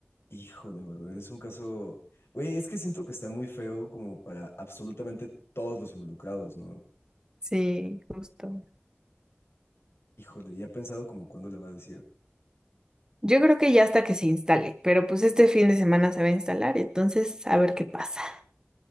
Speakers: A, on the left; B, on the right.
A: Híjole, güey, eres un caso. Güey, es que siento que está muy feo como para absolutamente todos los involucrados, ¿no?
B: Sí, justo.
A: Híjole, y ha pensado como cuándo le va a decir,
B: Yo creo que ya hasta que se instale, pero pues este fin de semana se va a instalar, entonces a ver qué pasa.